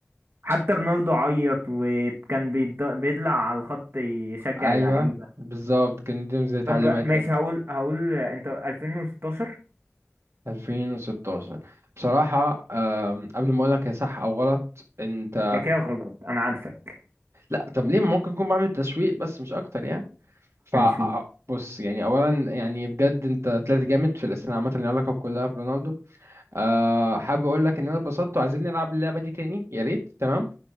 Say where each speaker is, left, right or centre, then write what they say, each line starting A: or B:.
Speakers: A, on the right; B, on the right.
A: حتى رونالدو عيط وكان بيض- بيطلع على الخط يشجع
B: ايوه
A: اللعيبة
B: بالظبط كان ليهم زي تعليمات
A: طب ماشي
B: كده
A: هقول هقول انت 2016
B: 2016 بصراحة آم، قبل ما اقولك هي صح او غلط انت
A: ده كده غلط انا عارفك
B: لا طب ليه ممكن اكون بعمل تسويق بس مش اكتر يعني ف
A: هنشوف
B: بص يعني اولا يعني بجد انت طلعت جامد في الاسئله عامه اللي ليها علاقه كلها برونالدو أه حابب اقول لك ان انا اتبسطت وعايزين نلعب اللعبه دي تاني يا ريت تمام